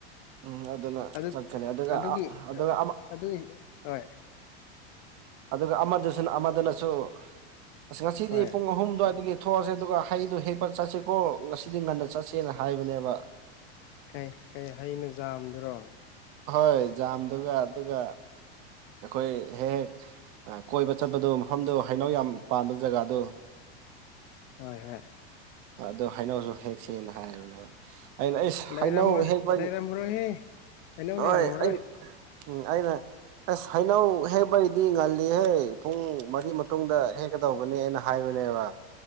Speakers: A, on the right (about 45°); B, on the left (about 40°).
A: ꯎꯝ ꯑꯗꯨꯅ
B: ꯑꯗꯨ
A: ꯆꯠꯀꯅꯤ ꯑꯗꯨꯒ
B: ꯑꯗꯨꯒꯤ
A: ꯑꯗꯨꯒ
B: ꯑꯗꯨꯒꯤ ꯍꯣꯏ
A: ꯑꯗꯨꯒ ꯑꯃꯗꯁꯨꯅ ꯑꯃꯗꯅꯁꯨ ꯑꯁ ꯉꯁꯤꯗꯤ
B: ꯍꯣꯏ
A: ꯄꯨꯡ ꯑꯍꯨꯝ ꯑꯗꯨꯋꯥꯏꯒꯤ ꯄꯨꯊꯣꯛꯑꯁꯦ ꯑꯗꯨꯒ ꯍꯩꯗꯣ ꯍꯦꯛꯄ ꯆꯠꯁꯤꯀꯣ ꯉꯁꯤꯗꯤ ꯉꯟꯅ ꯆꯠꯁꯦꯅ ꯍꯥꯏꯕꯅꯦꯕ
B: ꯀꯩ ꯀꯩ ꯍꯩꯅ ꯌꯥꯝꯥꯝꯗꯨꯔꯣ
A: ꯍꯣꯏ ꯖꯥꯝꯗꯨꯒ ꯑꯗꯨꯒ ꯑꯩꯈꯣꯏ ꯍꯦꯛ ꯍꯦꯛ ꯀꯣꯏꯕ ꯆꯠꯄꯗꯨ ꯃꯐꯝꯗꯨꯣ ꯍꯩꯅꯧ ꯌꯥꯝ ꯄꯥꯟꯕ ꯖꯒꯥꯗꯨ
B: ꯍꯣꯏ ꯍꯣꯏ
A: ꯑꯗꯨꯣ ꯍꯥꯏꯩꯅꯧꯁꯨ ꯍꯦꯛ ꯁꯦꯅ ꯍꯥꯏꯌꯦꯕꯅꯦꯕ ꯑꯩꯅ ꯑꯩꯁ
B: ꯂꯩꯔꯝꯃ
A: ꯍꯩꯅꯧ ꯍꯦꯛꯕꯒꯤ
B: ꯂꯩꯔꯝꯃꯔꯣꯏꯍꯦ ꯍꯩꯅꯧ
A: ꯍꯣꯏ
B: ꯂꯩꯔꯝꯃꯔꯣꯏ
A: ꯑꯩ ꯎꯝ ꯑꯩꯅ ꯑꯁ ꯍꯩꯅꯧ ꯍꯦꯕꯩꯗꯤ ꯉꯜꯂꯤꯍꯦ ꯄꯨꯡ ꯃꯒꯤ ꯃꯇꯨꯡꯗ ꯍꯦꯛꯀꯗꯧꯕꯅꯦꯅ ꯍꯥꯏꯕꯅꯦꯕ